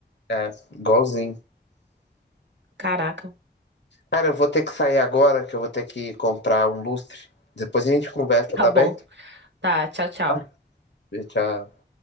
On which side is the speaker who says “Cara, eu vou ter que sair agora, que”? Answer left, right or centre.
Left